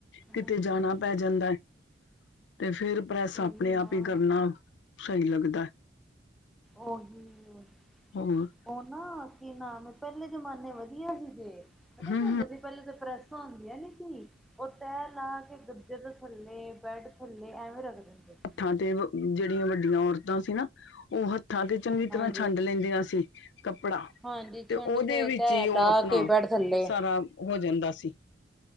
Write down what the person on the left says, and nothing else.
ਕਿਤੇ
ਜਾਣਾ ਪੈ ਜਾਂਦਾ ਹੈ, ਤੇ ਫੇਰ ਪ੍ਰੈਸ
ਆਪਣੇ ਆਪ
ਹੀ ਕਰਨਾ। ਸਹੀ ਲੱਗਦਾ ਐ।
ਹੋਰ।
ਹਮ
ਹੱਥਾਂ ਤੇ ਜਿਹੜੀਆਂ ਵੱਡੀਆਂ ਔਰਤਾਂ ਸੀ ਨਾ ਉਹ ਹੱਥਾਂ ਤੇ ਚੰਗੀ
ਤਰਾਂ ਛੰਡ ਲੈਂਦੀਆਂ ਸੀ। ਕੱਪੜਾ,
ਤੇ
ਉਹਦੇ
ਵਿੱਚ
ਹੀ
ਉਹ ਆਪਣਾ
ਸਾਰਾ ਹੋ ਜਾਂਦਾ ਸੀ।